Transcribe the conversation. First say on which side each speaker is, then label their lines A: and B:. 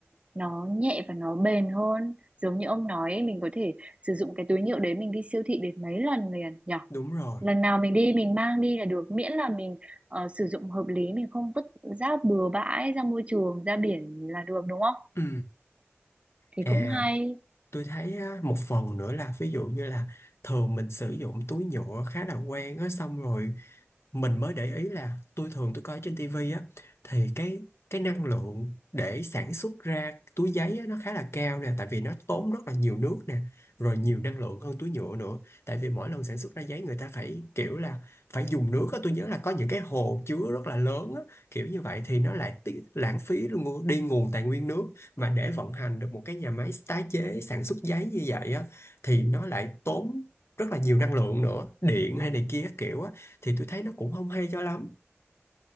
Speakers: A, on the right; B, on the left.
A: nó nhẹ và nó bền hơn giống như ông nói ấy, mình có thể sử dụng cái túi nhựa đấy mình đi siêu thị đến mấy lần liền nhở
B: đúng rồi
A: lần nào mình đi mình mang đi là được miễn là mình ờ, sử dụng hợp lý mình không vứt rác bừa bãi ra môi trường ra biển là được đúng không
B: ừ
A: thì
B: À,
A: cũng hay
B: tôi thấy á, một phần nữa là ví dụ như là thường mình sử dụng túi nhựa khá là quen á xong rồi mình mới để ý là tôi thường tôi coi trên tivi á thì cái cái năng lượng để sản xuất ra túi giấy á, nó khá là cao nè tại vì nó tốn rất là nhiều nước nè rồi nhiều năng lượng hơn túi nhựa nữa tại vì mỗi lần sản xuất ra giấy người ta phải kiểu là phải dùng nước á tôi nhớ là có những cái hồ chứa rất là lớn á kiểu như vậy thì nó lại tí, lãng phí luôn ngu- đi nguồn tài nguyên nước mà để vận hành được một cái nhà máy tái chế sản xuất giấy như vậy á thì nó lại tốn rất là nhiều năng lượng nữa điện hay này kia các kiểu á thì tôi thấy nó cũng không hay cho lắm